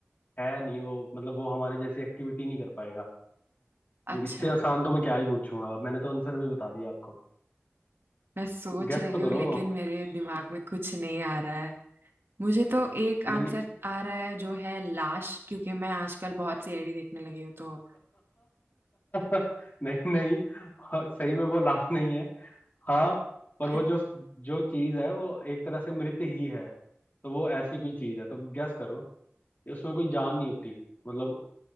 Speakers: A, on the left; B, on the right.
A: है नहीं वो मतलब वो हमारे जैसी एक्टिविटी नहीं कर पाएगा तो
B: अच्छा
A: इससे आसान तो मैं क्या ही पूछूंगा अब मैंने तो आंसर भी बता दिया आपको
B: मैं सोच
A: गेस
B: रही
A: तो
B: हूँ
A: करो
B: लेकिन मेरे दिमाग में कुछ नहीं आ रहा है मुझे तो एक
A: नहीं
B: आंसर
A: नहीं
B: आ रहा है जो है लाश क्योंकि मैं आजकल बहुत सी एडी देखने लगी हूँ तो
A: <laughs> नहीं नहीं सही में वो लाश नहीं है हाँ पर वो
B: अ-
A: जो जो चीज है वो एक तरह से मृत ही है तो वो ऐसी कोई चीज है तो गैस करो कि उसमें कोई जान नहीं होती मतलब